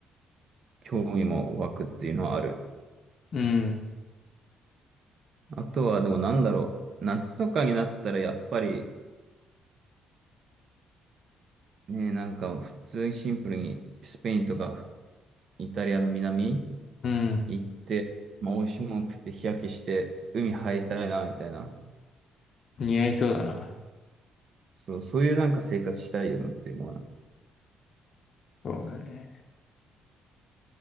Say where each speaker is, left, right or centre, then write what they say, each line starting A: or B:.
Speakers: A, on the right; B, on the left.
A: 興味も湧くっていうのはある。
B: うん、
A: あとはでもなんだろう。夏とかになったらやっぱりね、なんか普通にシンプルにスペインとかイタリアの南
B: うん、
A: 行って、まあ美味しいもの食って日焼けして海入りたいなみたいな。
B: 似合いそうだな。
A: そう、そういうなんか生活したいよなっていうのはね、
B: そうだね。